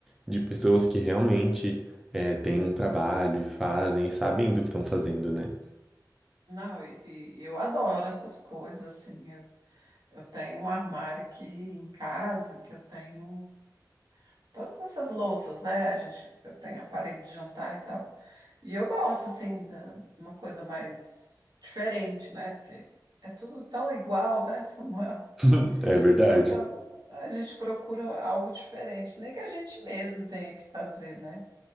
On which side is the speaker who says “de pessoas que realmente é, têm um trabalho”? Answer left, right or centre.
Centre